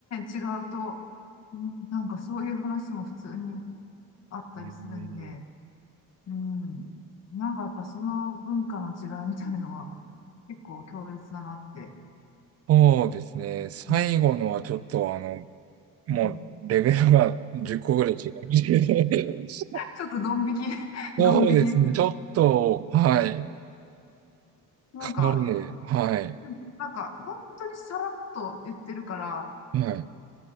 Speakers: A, on the left; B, on the right.
A: 違うと、うんなんかそういう話も普通にあったりするんで、
B: うん
A: うん。なんかやっぱその文化の違いみたいのは、結構強烈だなって。
B: そうですね。最後のはちょっとあの、
A: うん
B: もうレベルが10個ぐらい違
A: うん
B: う。
A: <laughs>
B: <laughs>
A: ちょっとドン引き、<laughs> ドン引きですね。
B: そうですね。ちょっと、はい。
A: なんか、
B: かなりね、はい。
A: うんなんか、本当にさらっと言ってるから、
B: はい。